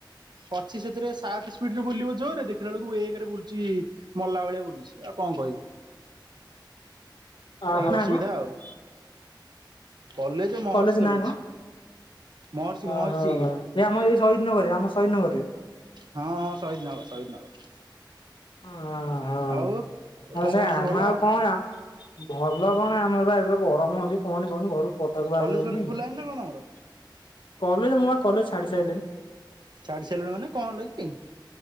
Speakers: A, on the right (about 65°); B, on the left (about 90°).
A: ଅଛି ସେଥିରେ ସାତ ସ୍ପିଡରେ ବୁଲିବ ଜୋରେ ଦେଖିଲା ବେଳକୁ ଏକ ରେ ବୁଲୁଛି ମଲା ଭଳିଆ ବୁଲୁଛି ଆଉ କଣ କହିବ।
B: <inaudible> ଅହ
A: ଏଇ
B: ନା
A: ଅସୁବିଧା
B: କଣ
A: ଆଉ କଲେଜ ମହର୍ଷି
B: ନା
A: କଲେଜ
B: କଣ
A: ମହର୍ଷି
B: ଓହୋ
A: ମହର୍ଷି
B: ଏ ଆମର ଏଇ ଶହୀଦନଗରରେ ଆମ ଶହୀଦନଗରରେ
A: ହଁ ହଁ ସହିଦ ନଗର ସହିଦ ନଗର
B: ଓହୋ।
A: ଆଉ
B: ଆଉ
A: କଣ
B: ସେ
A: ଖବର
B: ଆମ
A: ସବୁ ଭଲ
B: ଆଉ କଣ ଭଲ କଣ ଆମର ବା ଏବେ ଗରମ ହଉଛି କହନି କହନି ଘରୁ ପଦାକୁ ବାହାରି
A: କଲେଜ
B: ହଉନି
A: ଫଲେଜ ଖୋଲା ହେଇନି ନା କଣ ତମର?
B: କଲେଜ୍ ମୁଁ ବା କଲେଜ୍ ଛାଡି ସାରିଲିଣି।
A: ଛାଡି ସାରିଲୁଣି ମାନେ କଣ ହେଲା କି?